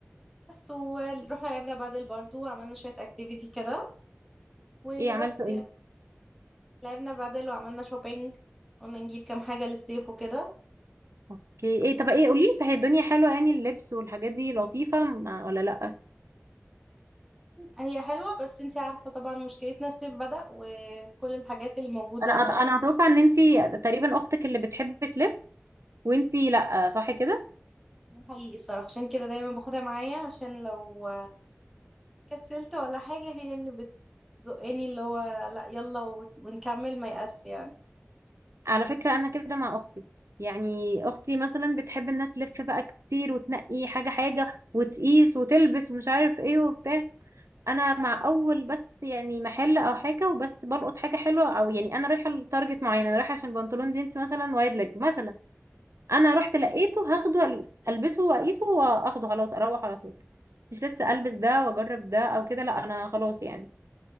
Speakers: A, in the centre; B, on the right.
A: ورحنا لعبنا بادل برضو وعملنا شويه اكتيفيتي كده وبس
B: ايه عملتوا
A: يعني
B: ايه؟
A: لعبنا بادل وعملنا شوبينج قلنا نجيب كام حاجه للصيف وكده
B: اوكي ايه طب ايه قوليلي صحيح الدنيا حلوة يعني اللبس والحاجات دي لطيفة م- ولا لأ؟
A: هي حلوة بس انتي عارفة طبعا مشكلتنا الصيف بدأ وكل الحاجات اللي موجودة
B: انا انا اتوقع ان انتي تقريبا اختك اللي بتحب تلف وانتي لأ صح كده؟
A: ده حقيقي الصراحة عشان كده دايما باخدها معايا عشان لو كسلت ولا حاجة هي اللي بتزقني اللي هو لا يلا وت- ونكمل ما يأس يعني
B: على فكرة انا كده مع اختي يعني اختي مثلا بتحب انها تلف بقى كتير وتنقي حاجة حاجة وتقيس وتلبس ومش عارف ايه وبتاع انا مع اول بس يعني محل او حاجه وبس بلقط حاجه حلوه او يعني انا رايحه لتارجت معين انا رايحه عشان بنطلون جينز مثلا وايد ليج مثلا انا
A: <laughs>
B: رحت لقيته هاخده ال- البسه واقيسه واخده خلاص اروح على طول مش لسه البس ده واجرب ده او كده لا انا خلاص يعني